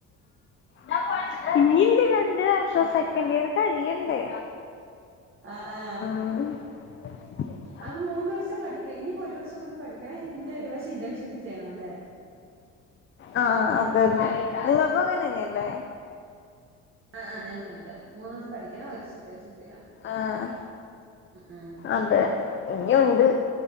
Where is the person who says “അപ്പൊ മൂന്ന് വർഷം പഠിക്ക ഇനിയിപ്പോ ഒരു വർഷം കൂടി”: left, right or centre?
Right